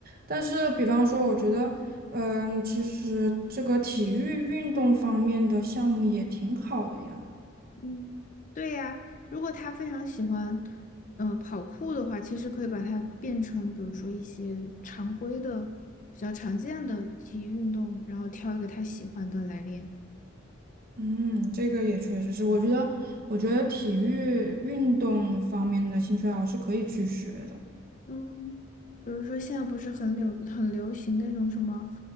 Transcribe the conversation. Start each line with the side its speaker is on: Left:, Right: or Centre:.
Right: 但是比方说，我觉得，嗯、其实这个体育运动方面的项目也挺好的呀。
Left: 嗯，对呀，如果他非常喜欢，嗯、跑酷的话，其实可以把它变成，比如说一些常规的、比较常见的体育运动，然后挑一个他喜欢的来练。
Right: 嗯，这个也确实是，我觉得，我觉得体育运动方面的兴趣爱好是可以去学的。
Left: 嗯，比如说现在不是很流很流行那种什么